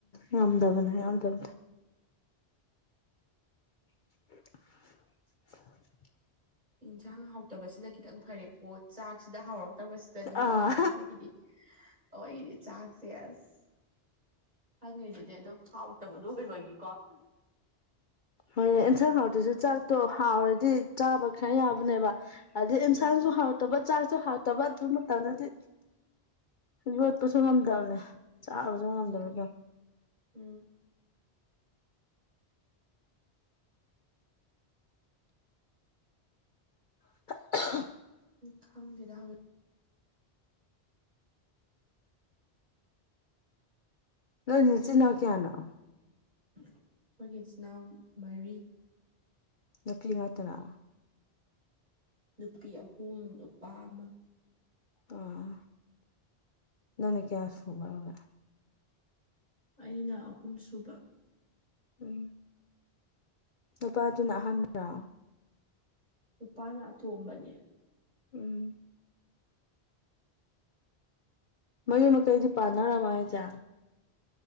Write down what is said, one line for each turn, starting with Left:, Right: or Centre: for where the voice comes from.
Left: ꯌꯥꯝꯝꯗꯕꯅꯦ ꯌꯥꯝꯗꯗ <inaudible>
Right: ꯏꯟꯁꯥꯡ ꯍꯥꯎꯇꯕꯁꯤꯅ ꯈꯤꯇꯪ ꯐꯔꯦꯀꯣ ꯆꯥꯛꯁꯤꯗ ꯍꯥꯎꯔꯛ ꯇꯕꯁꯤꯗꯅꯤ
Left: ꯑꯥ
Right: ꯂꯣꯏꯉꯔꯦ ꯑꯩꯈꯣꯏꯒꯤꯗꯤ ꯑꯣ ꯑꯩꯗꯤ ꯆꯥꯛꯁꯦ ꯑꯁ ꯈꯪꯉꯤꯗꯨꯗꯤ ꯑꯗꯣ ꯍꯥꯎꯇꯕꯗꯣ ꯑꯣꯏꯕꯒꯤ
Left: ꯍꯣꯏ ꯆ ꯍꯥꯎ ꯇꯁꯨ ꯆꯤꯟꯖꯥꯛꯇꯣ ꯍꯥꯎꯔꯗꯤ ꯆꯥꯕ ꯈꯔ ꯌꯥꯕꯅꯦꯕ ꯑꯗꯨꯗꯩ
Right: ꯎꯝ
Left: ꯏꯟꯁꯥꯡꯁꯨ ꯍꯥꯎꯇꯕ ꯆꯥꯛꯁꯨ ꯍꯥꯎꯇꯕ ꯑꯗꯨ ꯃꯇꯝꯗꯗꯤ ꯍꯧꯖꯤꯕ ꯄꯁꯨ ꯊꯝꯗꯅꯦ ꯆꯥꯛꯕꯁꯨ
Right: ꯎꯝ
Left: ꯉꯝꯗꯕꯗꯣ
Right: ꯎꯝ
Left: <unintelligible>
Right: ꯎꯝ ꯈꯪꯗꯦꯗ ꯍꯧꯋ
Left: ꯅꯣꯏꯅꯤꯁꯤꯟꯅ ꯀꯌꯥꯅ
Right: ꯑꯩꯈꯣꯏꯒꯤ ꯏꯆꯤꯟ ꯏꯅꯥꯎ ꯃꯔꯤ
Left: ꯅꯄꯤꯤ ꯉꯇꯔ
Right: ꯅꯨꯄꯤ ꯑꯍꯨꯝ ꯅꯨꯄꯥ ꯑꯃ
Left: ꯑꯥ ꯅꯅ ꯀꯁꯕꯒ
Right: ꯑꯩꯅ ꯑꯍꯨꯝ ꯁꯨꯕ
Left: ꯎꯝ ꯅꯨꯨꯄꯥꯗꯨꯅ ꯑꯍꯟꯗ꯭ꯔꯥ
Right: ꯅꯨꯄꯥꯅ ꯑꯇꯣꯝꯕꯅꯦ
Left: ꯎꯝ ꯃꯌꯨꯝ ꯃꯀꯩꯗꯤ ꯄꯥꯟꯅꯔꯝꯃ ꯍꯥꯏꯁꯦ